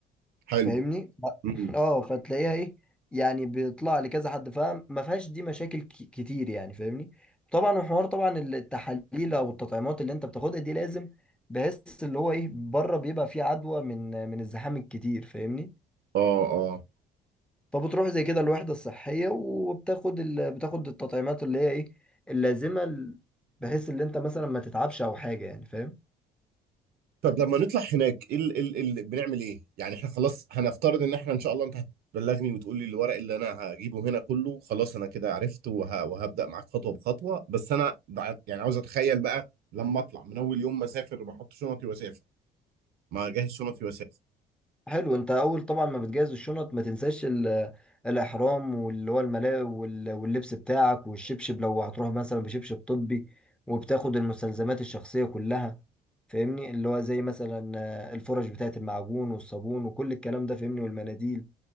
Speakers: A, on the right; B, in the centre.
A: حلو
B: فاهمني ف-
A: مم.
B: <laughs> اه فتلاقيها ايه يعني بيطلع لكذا حد فاهم ما فيهاش دي مشاكل ك- كتير يعني فاهمني طبعا الحوار طبعا التحاليل او التطعيمات اللي انت بتاخدها دي لازم بحيث اللي هو ايه بره بيبقى فيه عدوى من من الزحام الكتير فاهمني
A: اه اه
B: فبتروح زي كده الوحدة الصحية وبتاخد ال... بتاخد التطعيمات اللي هي ايه اللازمة ال- بحيث ان انت مثلا ما تتعبش او حاجة يعني فاهم
A: طب لما نطلع هناك ايه ال ال ال بنعمل ايه؟ يعني احنا خلاص هنفترض ان احنا ان شاء الله انت هتبلغني وتقول لي الورق اللي انا هجيبه هنا كله خلاص انا كده عرفت وه وهبدأ معاك خطوة بخطوة بس انا بع- يعني عاوز اتخيل بقى لما اطلع من اول يوم ما اسافر بحط شنطي واسافر ما اجهز شنطي واسافر
B: حلو انت اول طبعا ما بتجهز الشنط ما تنساش ال- الاحرام واللي هو الملاء وال- واللبس بتاعك والشبشب لو هتروح مثلا بشبشب طبي وبتاخد المستلزمات الشخصية كلها فاهمني اللي هو زي مثلا آه، الفرش بتاعة المعجون والصابون وكل الكلام ده فاهمني والمناديل